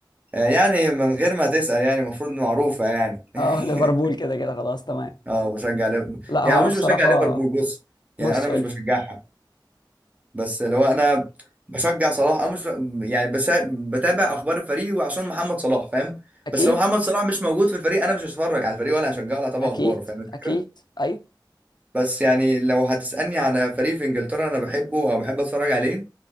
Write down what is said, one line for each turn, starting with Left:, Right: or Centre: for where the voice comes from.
Right: آه، يعني من غير ما تسال يعني المفروض معروفه يعني <laughs>
Left: اه <laughs> ليفربول كده كده خلاص تمام
Right: اه بشجع ليفربول
Left: لا
Right: يعني
Left: هو انا
Right: مش
Left: بصراحه
Right: بشجع ليفربول بص يعني
Left: بص
Right: انا مش
Left: قول
Right: بشجعها
Left: لي
Right: بس لو انا بشجع صلاح او مش يعني بس بتابع اخبار الفريق وعشان محمد صلاح فاهم
Left: اكيد
Right: بس لو محمد صلاح مش موجود في الفريق انا مش هتفرج على الفريق ولا هشجعه ولا هتابع
Left: اكيد
Right: اخباره فاهم الفكره
Left: اكيد ايوه
Right: بس يعني لو هتسالني على فريق في انجلترا انا بحبه او بحب اتفرج عليه